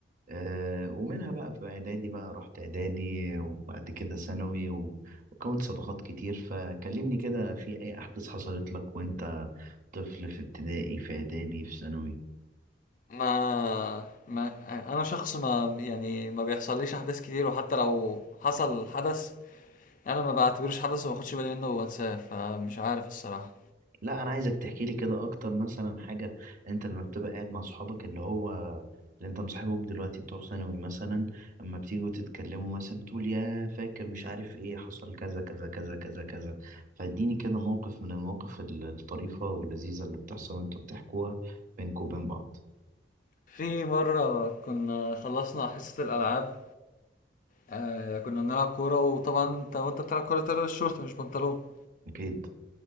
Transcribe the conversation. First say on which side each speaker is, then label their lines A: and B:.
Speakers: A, on the right (about 45°); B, on the left (about 45°).
A: آه، ومنها بقى في إعدادي بقى رحت إعدادي وبعد كده ثانوي و- وكونت صداقات كتير فكلمني كده في أي أحداث حصلت لك وأنت طفل في ابتدائي في إعدادي في ثانوي
B: ما ما انا شخص ما يعني ما بيحصليش احداث كتير وحتى لو حصل حدث انا ما بعتبروش حدث وما باخدش بالي منه وانساه فمش عارف الصراحة
A: لا انا عايزك تحكي لي كده اكتر مثلا حاجه انت لما بتبقى قاعد مع صحابك اللي هو اللي انت مصاحبهم دلوقتي بتوع ثانوي مثلا اما بتيجوا تتكلموا مثلا تقول يا فاكر مش عارف ايه حصل كذا كذا كذا كذا كذا فاديني كده موقف من المواقف ال- الطريفه واللذيذه اللي بتحصل وانتوا بتحكوها بينكم وبين بعض
B: في مرة كنا خلصنا حصة الألعاب آه كنا بنلعب كورة وطبعا انت وانت بتلعب كورة تلبس شورت مش بنطلون
A: اكيد